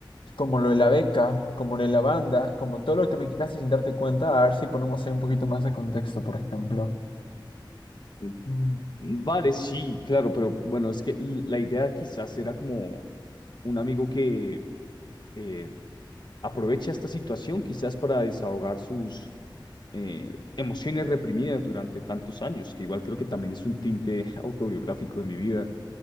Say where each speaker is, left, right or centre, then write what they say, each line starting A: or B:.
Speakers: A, on the left; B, on the left.
A: como lo de la beca, como lo de la banda, como todo lo que me quitaste sin darte cuenta, a ver si ponemos ahí un poquito más de contexto, por ejemplo.
B: Mm, Vale, sí, claro, pero bueno, es que l- la idea quizás era como un amigo que eh, aprovecha esta situación quizás para desahogar sus eh, emociones reprimidas durante tantos años, que igual creo que también es un tinte <laughs> autobiográfico de mi vida.